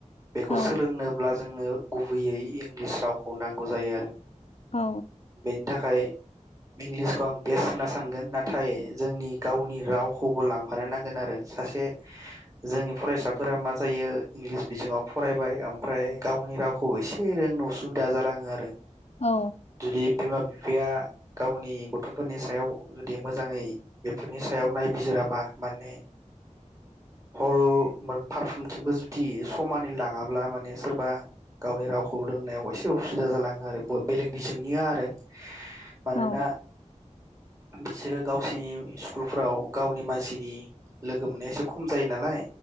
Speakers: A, on the right (about 25°); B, on the left (about 55°).
A: बेखौ
B: औ
A: सोलोंनोब्ला जोंनो गुबैयै इंलिस रावखौ नांगौ जायो आरो।
B: औ।
A: बेनि थाखाय इंलिसखौ आं बेस्ट होनना सानगोन नाथाय जोंनि गावनि रावखौबो लांफानो नांगोन आरो सासे जोंनि फरायसाफोरा मा जायो इंलिस बिजोङाव फरायबाय ओमफ्राय गावनि रावखौ एसे ए रोंनो असुबिदा जालाङो आरो
B: औ
A: जुदि बिमा बिफाया गावनि गथ' थ'फोरनि सायाव जुदि मोजाङै बेफोरनि सायाव नायबिजिराबा माने हल पारफ्रोमथिंबो जुदि समानै लाङाब्ला माने सोरबा गावनि रावखौ रोंनायाव एसे उसुबिदा जालाङो आरो बेलेग बिजोंनिया आरो। मानोना
B: औ
A: बिसोरो गावसोरनि स्कुलफ्राव गावनि मानसिनि लोगो मोननाया एसे खम जायो नालाय